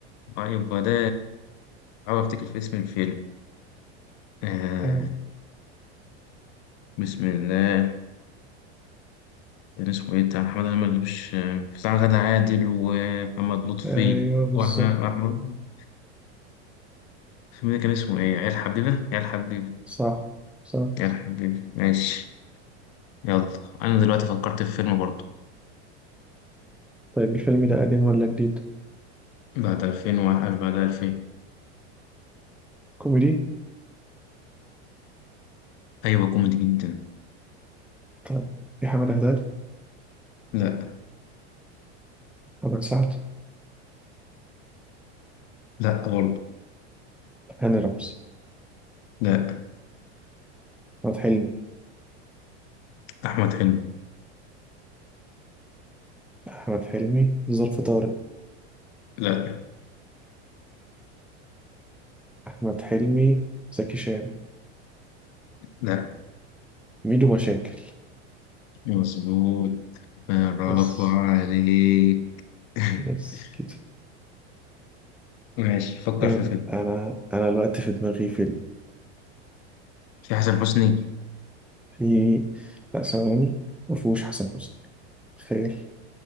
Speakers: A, on the left (about 60°); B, in the centre.
A: طيب وده بحاول افتكر في اسم الفيلم آه
B: آه،
A: بسم الله كان اسمه ايه بتاع محمد هلال مش بتاع غادة عادل ومحمد لطفي
B: آه، ايوه بالظبط
A: واحمد واحمد الفيلم ده كان اسمه ايه عيال حبيبة عيال حبيبة
B: صح صح
A: عيال حبيبة ماشي يلا انا دلوقتي فكرت في فيلم برضه
B: طيب الفيلم ده قديم ولا جديد؟
A: بعد 2000 وواحد بعد 2000
B: كوميدي؟
A: ايوه كوميدي جدا
B: طيب في حمد هلال،
A: لا <laughs>
B: محمد سعد،
A: لا برضه
B: هاني رمزي،
A: لا
B: أحمد حلمي،
A: أحمد حلمي
B: أحمد حلمي، ظرف طارق،
A: لا
B: أحمد حلمي، زكي شان،
A: لا
B: ميدو مشاكل
A: مظبوط برافو
B: بس
A: عليك <laughs>
B: بس كده
A: ماشي فكر
B: يلا
A: في فيلم
B: أنا أنا الوقت في دماغي فيلم
A: في حسن حسني
B: في لا ثواني مفهوش حسن حسني تخيل